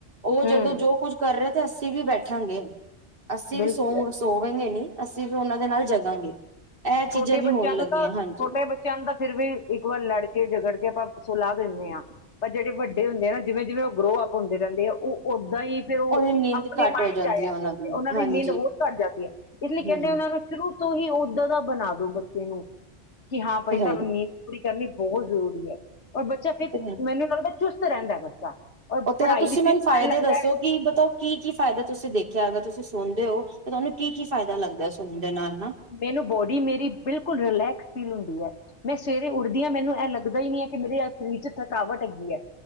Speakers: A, on the right; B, on the left.
A: ਉਹ ਜਦੋਂ
B: ਹੂੰ
A: ਜੋ ਕੁੱਝ ਕਰ ਰਹੇ ਤੇ ਅਸੀਂ ਵੀ ਬੈਠਾਂਗੇ ਅਸੀ
B: ਬਿਲਕੁਲ
A: ਵੀ ਸੋ ਸੋਵਂਗੇ ਨੀ ਅਸੀਂ ਵੀ ਉਹਨਾਂ ਦੇ ਨਾਲ ਜਗਾਂਗੇ ਇਹ ਚੀਜ਼ਾਂ
B: ਛੋਟੇ
A: ਵੀ
B: ਬੱਚਿਆਂ
A: ਹੋਣ ਲੱਗੀਆਂ
B: ਨੂੰ ਤਾਂ
A: ਹਾਂਜੀ
B: ਛੋਟੇ ਬੱਚਿਆਂ ਨੂੰ ਤਾਂ ਫਿਰ ਵੀ ਇੱਕ ਵਾਰ ਲੜਕੇ ਜਗੜ ਆਪਾਂ ਸਲਾਹ ਦਿੰਦੇ ਹਾਂ ਪਰ ਜਿਹੜੇ ਵੱਡੇ ਹੁੰਦੇ ਨਾ ਜਿਵੇਂ ਜਿਵੇਂ ਉਹ ਗਰੋਅਪ ਹੁੰਦੇ ਰਹਿੰਦੇ ਆ ਉਹ ਦਹੀਂ ਪਿਓ
A: ਉਹਦੀ ਨੀਂਦ
B: ਆਪਣੀ
A: ਘੱਟ
B: ਮਾਇਡ
A: ਹੋ ਜਾਂਦੀ
B: ਚ ਆਇਆ
A: ਹੈ
B: ਪ ਤੇ ਉਹਨਾਂ ਦੀ
A: ਹਾਂਜੀ
B: ਨੀਂਦ ਹੋਰ ਘੱਟ ਜਾਂਦੀ ਹੈ ਇਸ ਲਈ ਕਹਿੰਦੇ
A: ਹਮ
B: ਉਹਨਾਂ ਨੂੰ ਸ਼ੁਰੂ ਤੋਂ ਹੀ ਉੱਦਰ ਦਾ ਬਣਾ ਦੋ ਬੱਚੇ ਨੂੰ ਕਿ ਹਾਂ ਭਾਈ
A: ਤੇ
B: ਤੁਹਾਨੂੰ
A: ਹੈ ਹੀ
B: ਨੀਂ ਪੂਰੀ ਕਰਨੀ ਬਹੁਤ ਜ਼ਰੂਰੀ ਹੈ ਔਰ ਬੱਚਾ ਫਿਰ
A: ਤੇ ਹੈ
B: ਮੈਨੂੰ ਲੱਗਦਾ ਚੁਸ ਰਹਿੰਦਾ ਬੱਚਾ ਔਰ
A: ਉਹ ਤੇ
B: ਪੜ੍ਹਾਈ
A: ਹੈ ਤੁਸੀਂ
B: ਵਿੱਚ
A: ਮੈਨੂੰ
B: ਵੀ
A: ਫਾਇਦੇ
B: ਮਨ ਲੱਗਦਾ
A: ਦੱਸੋ
B: ਹੈ
A: ਕਿ ਬਤ ਕੀ ਕੀ ਫਾਇਦੇ ਤੁਸੀਂ ਦੇਖਿਆ ਹੈਗਾ ਤੁਸੀਂ ਸੁਣਦੇ ਹੋ ਤੇ ਤੁਹਾਨੂੰ ਕੀ ਕੀ ਫਾਇਦਾ ਲੱਗਦਾ ਸੁਣਨ ਦੇ ਨਾਲ ਨਾ
B: ਮੈਨੂੰ ਬੋਡੀ ਮੇਰੀ ਬਿਲਕੁਲ ਰਿਲੈਕਸ ਫੀਲ ਹੁੰਦੀ ਮੈਂ ਸਵੇਰੇ ਉੱਠਦੀ ਹਾਂ ਮੈਨੂੰ ਇਹ ਲੱਗਦਾ ਹੀ ਨੀ ਹੈ ਕਿ ਮੇਰੇ ਸਰੀਰ ਚ ਥਕਾਵਟ ਹੈੱਗੀ ਹੈ